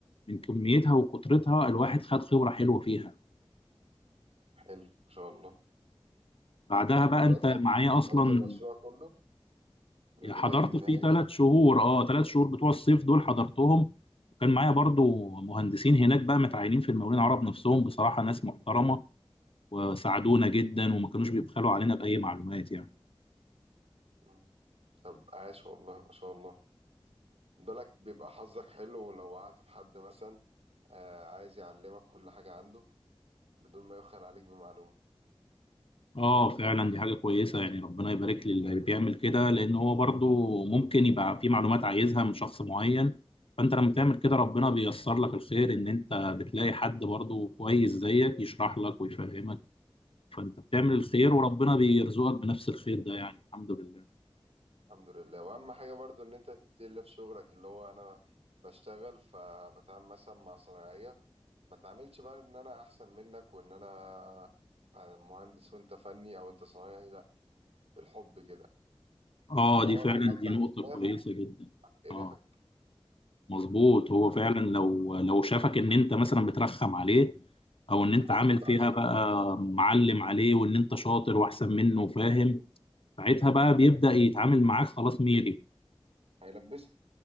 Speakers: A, on the left (about 65°); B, on the right (about 80°).
A: من كميتها وكترتها الواحد خد خبرة حلوة فيها
B: حلو ما شاء الله
A: بعدها بقى
B: حضرتك
A: انت معايا
B: حضرت
A: اصلا
B: المشروع كله من البداية
A: حضرت
B: للنهاية
A: فيه ثلاث شهور اه ثلاث شهور بتوع الصيف دول حضرتهم وكان معايا برضو مهندسين هناك بقى متعينين في المقاولين العرب نفسهم بصراحة ناس محترمة وساعدونا جدا وما كانوش بيبخلوا علينا بأي معلومات يعني
B: مم. طب عاش والله ما شاء الله بالك بيبقى حظك حلو لو وقعت في حد مثلا آه عايز يعلمك كل حاجة عنده بدون ما يبخل عليك بمعلومة
A: اه فعلا دي حاجة كويسة يعني ربنا يبارك للي بيعمل كده لأن هو برضو ممكن يبقى في معلومات عايزها من شخص معين فأنت لما تعمل كده ربنا بيسر لك الخير إن أنت بتلاقي حد برضو كويس زيك يشرح لك ويفهمك فأنت بتعمل الخير وربنا بيرزقك بنفس الخير ده يعني الحمد لله
B: الحمد لله وأهم حاجة برضو إن أنت تتقل في شغلك اللي هو أنا بشتغل فبتعامل مثلا مع صناعية ما تعاملش بقى إن أنا أحسن منك وإن أنا مهندس وأنت فني أو أنت صنايعي لأ بالحب كده
A: اه
B: إن هو
A: دي فعلا
B: لو حطك
A: دي نقطة
B: في دماغه
A: كويسة جدا
B: قرفك
A: اه مظبوط هو فعلا لو لو شافك ان انت مثلا بترخم عليه او
B: أو
A: ان
B: بتتنطط
A: انت عامل فيها
B: عليه
A: بقى معلم عليه وان انت شاطر واحسن منه وفاهم ساعتها بقى بيبدأ يتعامل معاك خلاص ميري
B: هيلبسك